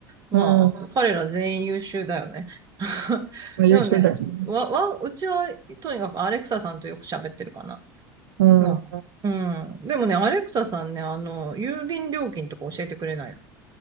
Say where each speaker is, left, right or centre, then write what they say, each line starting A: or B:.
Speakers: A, on the right (about 35°); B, on the right (about 75°).
A: まあ、
B: うん。
A: 彼ら全員優秀だよね。<laughs>
B: まあ、優秀だよね。
A: でもね、わ、わ、うちは、とにかくアレクサさんとよく喋ってるかな。
B: うん。
A: なんかうん。でもね、アレクサさんね、あの、郵便料金とか教えてくれないの